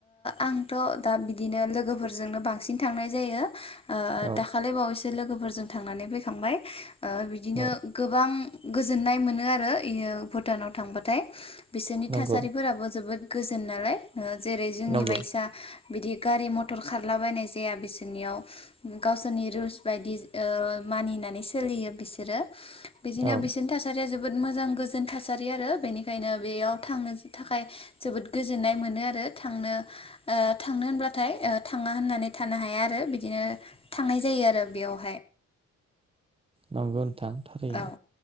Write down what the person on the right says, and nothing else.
औ
औ
नंगौ
नंगौ
औ औ
थांगोन थां थारैनो